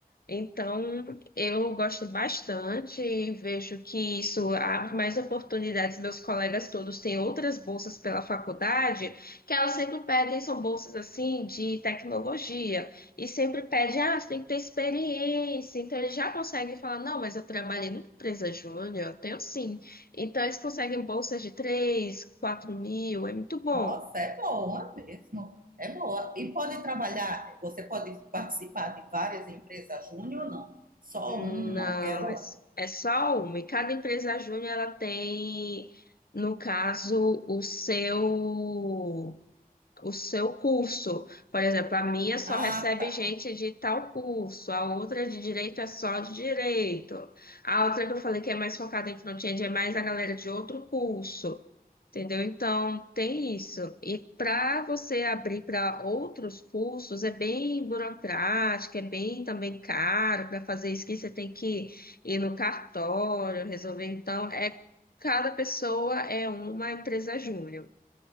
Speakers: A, on the left (about 75°); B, on the right (about 65°).
A: Então, eu gosto bastante, vejo que isso abre mais oportunidades. Meus colegas todos têm outras bolsas pela faculdade, que elas sempre pedem, são bolsas assim de tecnologia, e sempre pedem, ah, você tem que ter experiência. Então, eles já conseguem falar, não, mas eu trabalhei numa empresa júnior, eu tenho sim. Então, eles conseguem bolsas de 3, 4 mil, é muito bom.
B: nossa, é boa mesmo. É boa. E pode trabalhar, você pode participar de várias empresas Júnior ou não? Só
A: Não,
B: uma, aquela
A: é
B: lá.
A: s- é só uma. E cada empresa júnior ela tem, no caso, o seu o seu curso. Por exemplo, a minha só
B: Ah,
A: recebe
B: tá.
A: gente de tal curso, a outra de direito é só de direito. A outra que eu falei que é mais focada em front-end é mais a galera de outro curso. Entendeu? Então, tem isso. E para você abrir para outros cursos, é bem burocrático, é bem também caro. Para fazer isso que você tem que ir no cartório, resolver. Então, é cada pessoa é uma empresa júnior.